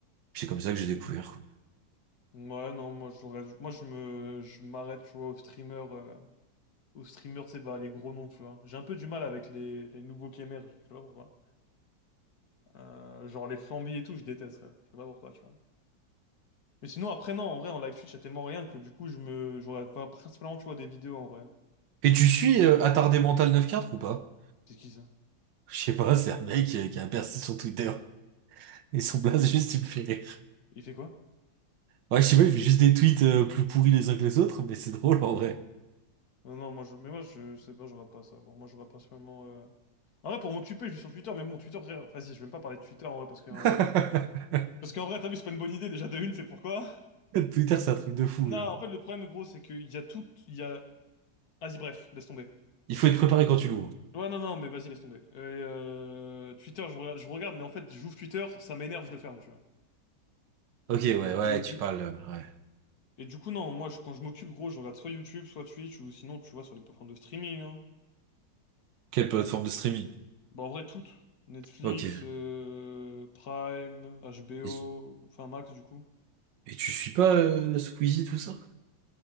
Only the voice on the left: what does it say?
Ouais, non, moi, je, regarde- moi, je me, je m'arrête, tu vois, aux streamers. aux streamers, tu sais, bah, les gros noms, tu vois. J'ai un peu du mal avec les, les nouveaux qui émergent, je sais pas pourquoi. Euh, genre les Flamby et tout, je déteste, frère. Je sais pas pourquoi, tu vois. Mais sinon, après, non, en vrai, en live Twitch, y a tellement rien que du coup, je me, je regarde pas principalement, tu vois, des vidéos, en vrai.
C'est qui ça?
Il fait quoi?
Non, non, moi, je, mais moi, je, je sais pas, je regarde pas ça. Bon, moi, je regarde principalement, euh, En vrai, pour m'occuper, je suis sur Twitter, mais bon, Twitter, frère, vas-y, je vais même pas parler de Twitter, en vrai, parce que, euh,
parce qu'en vrai, t'as vu, c'est pas une bonne idée, déjà, de une, c'est pourquoi?
Non,
en fait, le problème, gros, c'est qu'il y a tout, il y a... Vas-y, bref, laisse tomber.
Ouais, non, non, mais vas-y, laisse tomber. Et, euh, Twitter, je regarde, je regarde, mais en fait, j'ouvre Twitter, ça m'énerve, je le ferme, tu vois.
Et,
et du,
et du coup, non, moi, je- quand je m'occupe, gros, je regarde soit YouTube, soit Twitch, ou sinon, tu vois, sur les plateformes de streaming, hein.
Bah, en vrai, toutes. Netflix,
euh, Prime, HBO,
enfin, Max, du coup.